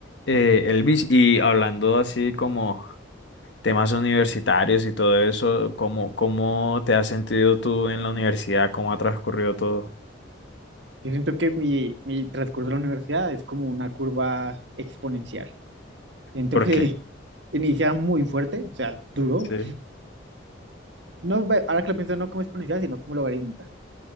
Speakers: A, on the left; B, on the right.
A: Eh, Elvis, y hablando así como temas universitarios y todo eso, ¿cómo, cómo te has sentido tú en la universidad? ¿Cómo ha transcurrido todo?
B: Yo siento que mi, mi transcurso de la universidad es como una curva exponencial. Siento
A: ¿Por
B: que
A: qué?
B: <laughs> inicia muy fuerte, o sea, duro.
A: Sí.
B: No, ve- ahora que lo pienso, no como exponencial, sino como logarítmica,